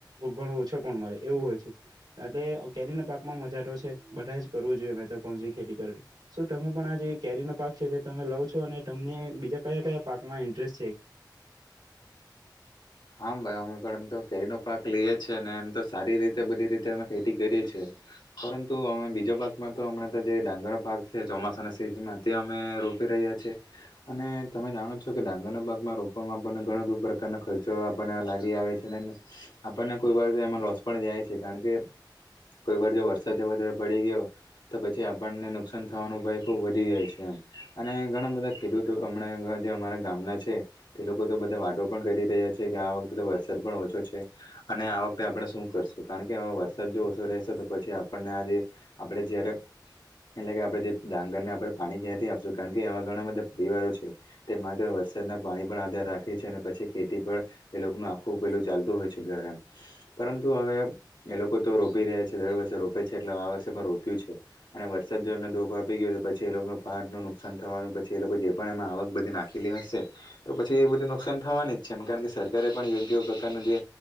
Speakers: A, on the right (about 85°); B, on the left (about 80°).
A: ઘણો ઓછો પણ મળે એવું હોય છે. એટલે કેરીના પાકમાં મજાટો છે, બધા જ કરવું જોઈએ મેં તો કોમ જે ખેતી તો... શું તમે પણ આ જે કેરીનો પાક છે, તે તમે લાવ છો અને તમને બીજા કયા કયા પાકમાં ઇન્ટરેસ્ટ છે.
B: હા ભાઈ અમે પણ એમ તો કેરીનો પાક લઈએ છે ને એમ તો... સારી રીતે બધી રીતે અમે ખેતી કરીએ છે. પરંતુ અમે બીજો પાક... માં તો હમણાં તો જે ડાંગર પાક છે ચોમાસાના સીઝનમાં તે અમે રોપી રહ્યા છે. અને તમે જાણો છો કે ડાંગર ના ભાગમાં રોપમાં આપણને ઘણા બધુ પ્રકારના ખર્ચ... આપણને આવે છે, આપણને કોઈ વાર એમાં રસ... પણ જાય છે કારણ કે, કોઈ વાર જો વરસાદ વધારે પડી ગયો પણ... તો પછી આપણને નુકસાન થવાનો ભય ખૂબ વધી જાય છે એમ અને ઘણા બધા ખેડૂત... હમણાં જે અમારા ગામના છે, તે લોકો તો બધા વાતો પણ કરી રહ્યા છે. કે આ વખતેતો વરસાદ પણ ઓછો છે. અને આ વખતે આપણે શું કરશું? કારણ કે વરસાદ જો ઓછો રહેશે તો પછી આપણને આ જે... આપડે જ્યારે. એટલે કે આપણે જે ડાંગરને આપણે પાણી ક્યાંથી આપશું કારણ કે, એવા ઘણા બધા પરિવારો છે. તે માત્ર વરસાદના પાણી પણ આધાર રાખે છે અને પછી ખેતી પણ... એ લોકનું આખું પેલું ચાલતું હોય છે, ગરાન... પરંતુ હવે એ લોકો તો રોપી રહ્યા છે, દર વર્ષે રોપે છે, એટલે આ વર્ષે પણ રોપ્યું છે. અને વરસાદ જો એમને ધોખો આપી ગયો તો પછી એ લોકો પાક નુકસાન થવાનું પછી એ લોકો જે પણ એમાં આવક બધી નાખી. ખીલી હશે. તો પછી એ બધું નુકસાન થવાની જ છે એમ કારણ કે સરકારે પણ યોગ્ય પ્રકારનું જે...